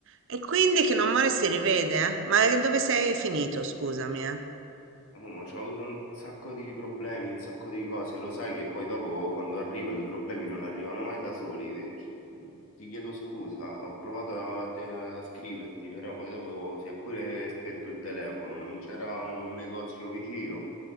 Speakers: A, on the right; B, on the left.
A: E quindi che non muore si rivede, eh? Ma dove sei finito, scusami, eh?
B: Ah, mamma, c'ho avuto un sacco di problemi, un sacco di cose, lo sai che poi dopo quando arrivano i problemi non arrivano mai da soli. Ti, ti chiedo scusa, ho provato a, te- a scriverti, però poi dopo si è pure spento il telefono, non c'era un negozio vicino.